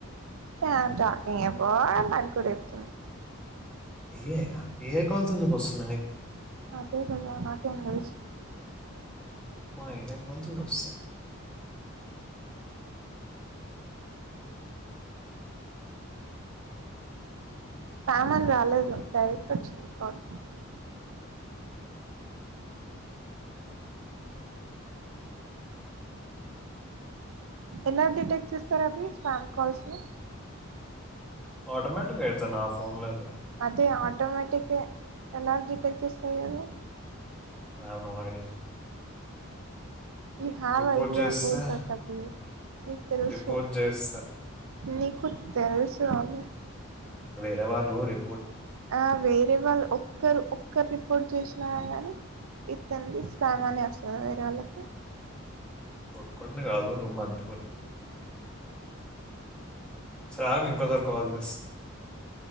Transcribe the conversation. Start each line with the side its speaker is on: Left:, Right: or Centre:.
Right: అండ్ఐన్ాకింగ్ అవార్డ్ అని కూడా చెప్తున్నా
Centre: A I the A I calls ఎందుకు వస్తున్నాయి నీకు
Right: అదే కద నాకేం తెలుసు
Centre: అమ్మ ఏ ఐ కాల్స్ కూడ వస్తదా
Right: స్పామ్ అని రాలేదు డైరెక్ట్ వచ్చింది కాల్ ఎలా డిటెక్ట్ చేస్తారు అవి స్పామ్ కాల్స్ ని
Centre: ఆటోమేటిక్ అయితయి నా ఫోన్లోఐతే
Right: అదే ఆటోమాటిక్ ఎలా డిటెక్ చేస్తదలా
Centre: ఆవును ఐడియా చెప్పు
Right: యు హ్యావ్
Centre: రిపోర్ట్
Right: ఐడియా
Centre: జేస్తే
Right: అబౌట్ థట్ టాపిక్ నీకు తెలుసు
Centre: రిపోర్ట్ జేస్తా.
Right: నీకు తెలుసు అవి
Centre: డవల్లురి
Right: ఆ వేరే వాళ్ళు ఒక్కరు ఒక్కరు రిపోర్ట్ చేసినారా గాని తంది స్మానే వస్తుందా వేరే వాళ్ళకి
Centre: ఒక్కడిని కాదు మంటి ప సార్ ఆకు ఇంకోసార్ కాల్ చేస్